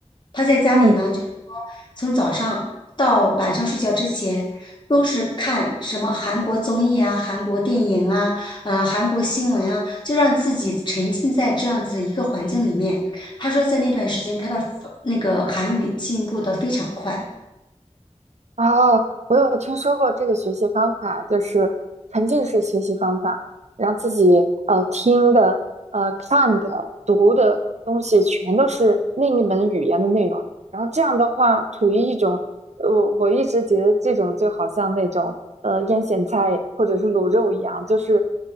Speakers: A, on the left; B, on the right.
A: 他在家里呢，
B: 嗯，
A: 就是说从早上到晚上睡觉之前，都是看什么韩国综艺啊、韩国电影啊、呃韩国新闻啊，就让自己沉浸在这样子的一个环境里面。他说在那段时间他的那个韩语进步的非常快。
B: 哦，我有听说过这个学习方法，就是沉浸式学习方法，让自己呃听的、呃看的、读的东西全都是另一门语言的内容。然后这样的话，处于一种呃我我一直觉得这种就好像那种呃腌咸菜或者是卤肉一样，就是